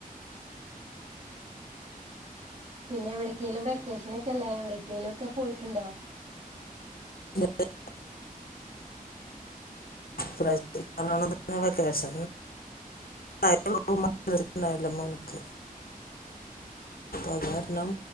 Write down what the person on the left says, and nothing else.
<unintelligible> ഇപ്രാവശ്‌ <unintelligible> മദ്റസ ണ്ടായല്ലോ മോന്ക് അത് കാരണം.